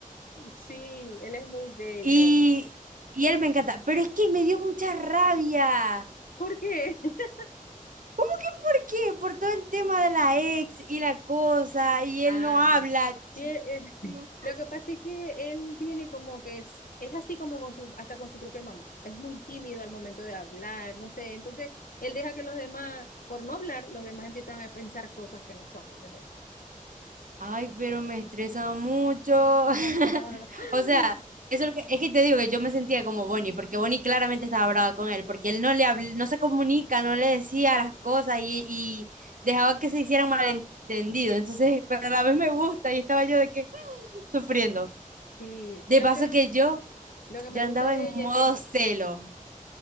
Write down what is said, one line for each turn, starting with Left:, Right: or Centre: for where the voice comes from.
Left: Sí, él es muy bello.
Right: Y, y él me encanta. Pero es que me dio mucha rabia.
Left: ¿Por qué? <laughs>
Right: ¿Cómo que por qué? Por todo el tema de la ex y la cosa, y
Left: Ah,
Right: él no habla.
Left: bueno. Y,
Right: Dios
Left: eh,
Right: mío.
Left: Lo que pasa es que él viene como que es, es así como con su- hasta con su propia mamá. Es muy tímido al momento de hablar, no sé. Entonces, él deja que los demás, por no hablar, los demás empiezan a pensar cosas que no son, ¿entendés?
Right: Ay, pero me estresa mucho. <laughs>
Left: <laughs>
Right: O sea, eso es, lo que, es que te digo que yo me sentía como Bonnie, porque Bonnie claramente estaba brava con él, porque él no le habl- no se comunica, no le decía las cosas y, y dejaba que se hicieran malentendidos. Entonces, pero a la vez me gusta y estaba yo de que <laughs> sufriendo.
Left: Sí,
Right: De
Left: lo
Right: paso
Left: que,
Right: que yo
Left: lo que
Right: ya
Left: me gusta
Right: andaba
Left: de
Right: en
Left: ella
Right: modo
Left: es que es mu-
Right: celo